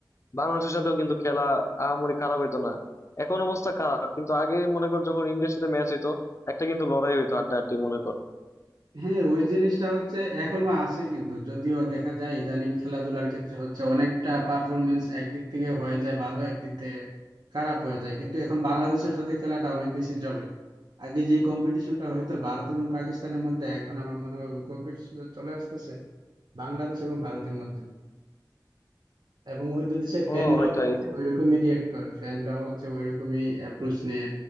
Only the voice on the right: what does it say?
হ্যাঁ ওই জিনিসটা হচ্ছে এখনো আছে কিন্তু যদিও দেখা যায় ইদানিং খেলাধুলার ক্ষেত্রে হচ্ছে অনেকটা পারফরমেন্স একদিক থেকে হয়ে যায় ভালো একদিক থেকে খারাপ হয়ে যায় কিন্তু এখন বাংলাদেশের সাথে খেলাটা অনেক বেশি জমে আগে যে কম্পিটিশনটা হইতো ভারত এবং পাকিস্তানের মধ্যে এখন আমার মনে হয় কম্পিটিশন চলে আসতেছে বাংলাদেশ এবং ভারতের মধ্যে এবং ওই দুই দেশের ফ্যানরাও
হচ্ছে ওইরকমই রিয়েক্ট করে ফ্যানরাও হচ্ছে ওইরকমই অ্যাপ্রোচ নিয়ে